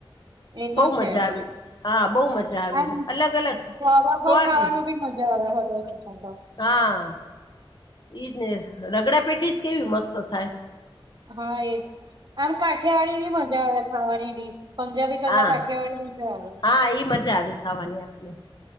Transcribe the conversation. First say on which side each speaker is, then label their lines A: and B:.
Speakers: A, on the right; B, on the left.
A: <inaudible> એતો
B: બહુ મજા
A: છે <inaudible>
B: આવી હા બહુ મજા આવી
A: આમ
B: અલગ અલગ
A: ઢાબા
B: સ્વાદ
A: ખાવાનું બી મ જ હોટલ ખટા તો
B: હા ઈજ ને રગડા પેટીસ કેવી મસ્ત થાય.
A: હા એજ આમ કાઠિયાવાડી બી મજા આવે ખાવાની ડીશ પંજાબી કરતા
B: હા
A: કાઠિયાવાડી મજા આવે
B: હા ઈ મજા આવે ખાવાની આપને